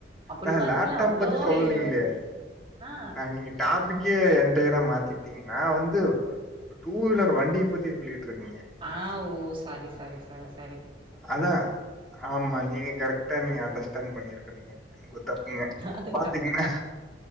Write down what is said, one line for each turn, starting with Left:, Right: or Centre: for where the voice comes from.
Right: அப்புடி
Centre: நா
Right: பாக்கில
Centre: லேப்டாப்
Right: அவ்ளோ
Centre: பத்தி சொல்லலீங்களே
Right: ஈர <inaudible> ஆ
Centre: நா நீங்க டாபிக்கே எண்டயரா மாத்திட்டிங்கனா வந்து டூ வீலர் வண்டிய பத்தி சொல்லிட்டுருக்கிங்க
Right: ஆ ஓ சாரி சாரி சாரி ச
Centre: அதா ஆமா நீங்க கரெக்டா நீங்க அண்டர்ஸ்டண்ட் பண்ணிருக்கனுங்க உங்க தப்புங்க
Right: அது
Centre: பாத்துக்குங்க
Right: தப்புதா